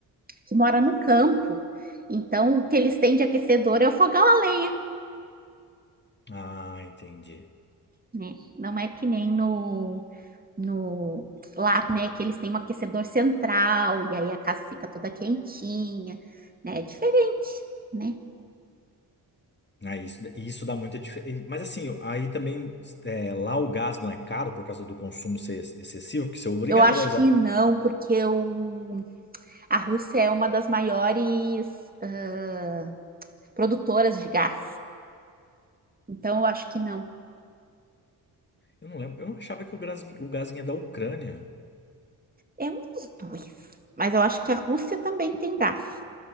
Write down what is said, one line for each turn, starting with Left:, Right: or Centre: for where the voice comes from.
Right: que mora no campo. Então, o que eles têm de aquecedor é o fogão a lenha,
Left: Ah, entendi.
Right: né? Não é que nem no, no lá, né? Que eles têm um aquecedor central, e aí a casa fica toda quentinha, né? É diferente, né?
Left: Ah, isso, isso dá muita diferença. Mas assim, aí também é, lá o gás não é caro por causa do consumo ser ex- excessivo, porque você é obrigado
Right: Eu acho
Left: a usar.
Right: que não, porque o A Rússia é uma das maiores ah, produtoras de gás. Então, eu acho que não.
Left: Eu não lembro, eu não achava que o gás, o gás vinha da Ucrânia.
Right: É um dos dois. Mas eu acho que a Rússia também tem gás.